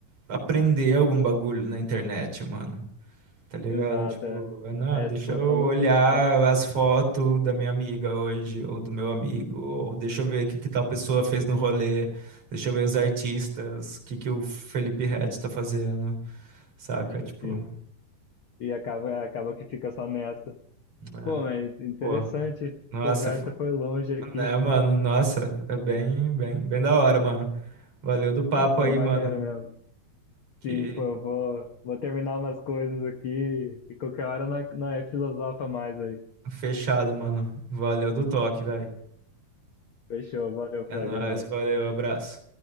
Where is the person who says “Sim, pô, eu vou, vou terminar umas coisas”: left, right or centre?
Left